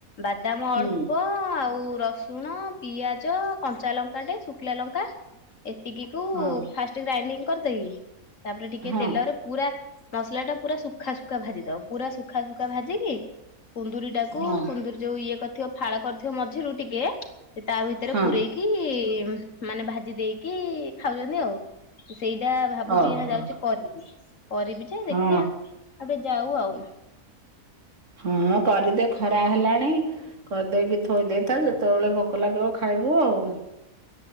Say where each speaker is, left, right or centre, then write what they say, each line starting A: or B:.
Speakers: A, on the left; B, on the right.
A: ବାଦାମ
B: ହୁଁ
A: ଅଳ୍ପ ଆଉ ରସ ରସୁଣ, ପିଆଜ, କଞ୍ଚା ଲଙ୍କାଟେ, ଶୁଖିଲା ଲଙ୍କା ଟିକିକୁ
B: ହଁ
A: ଫାଷ୍ଟ ଗ୍ରାଇଣ୍ଡିଙ୍ଗ କରିଦେଇକି ତାପରେ ଟିକେ
B: ହଁ
A: ତେଲରେ ପୁରା ମସଲାଟା ପୁରା ସୁଖା ସୁୁଖା ଭାଜିଦବ ପୁରା ସୁୁଖା ସୁୁଖା ଭାଜିକି କୁନ୍ଦୁରି ତାକୁ
B: ହଁ
A: କୁନ୍ଦୁୁର ଯୋଉ ଇଏ କରିଥିବ ଫାଳ କରିଥିବ ମଝିରୁ ଟିକେ ତା ଭିତରେ
B: ହଁ
A: ପୁରେଇ କି ମାନେ ଭାଜି ଦେଇକି ଖାଉଛନ୍ତି ଆଉ। ତ ସେଇଟା ଭାବୁଚି
B: ଓହୋ
A: ଏଇନା ଯାଇକି କରିବି, କରିବି ଯେ ଦେଖିବା
B: ହଁ
A: ଏବେ ଯାଉ ଆଉ।
B: ହଁ କରିଦେ ଖରା ହେଲାଣି। କରିଦେଇକି ଥୋଇ ଦେଇଥା ଯେତେବେଳେ ଭୋକ ଲାଗିବ ଖାଇବୁ ଆଉ।